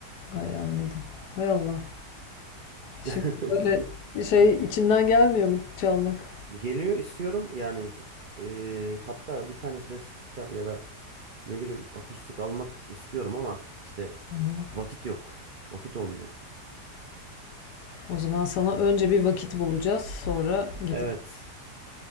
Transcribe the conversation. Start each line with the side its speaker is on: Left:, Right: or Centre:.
Left: Ay, anladım. Hay Allah. Şimdi
Right: <laughs>
Left: böyle şey içinden gelmiyor mu çalmak?
Right: Geliyor istiyorum yani eee, hatta bir tane klasik gitar ya da ne bileyim akustik almak istiyorum ama işte
Left: Hımm.
Right: vakit yok. Vakit olmuyor.
Left: O zaman sana önce bir vakit bulacağız, sonra git.
Right: Evet,